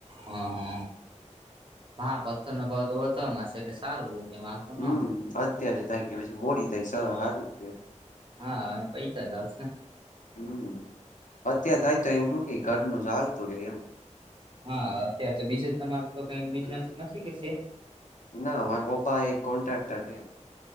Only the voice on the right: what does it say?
હઅ, હઅ હા, પથ્થરના ભાવ તો તો અમાર શે એટલે સારું. કઈ વાંધો
ના આવે
હા પૈસા જ આવશેને.
હા અત્યારે તો બીજું તમાર તો કઈ બિઝનેસ નથી સે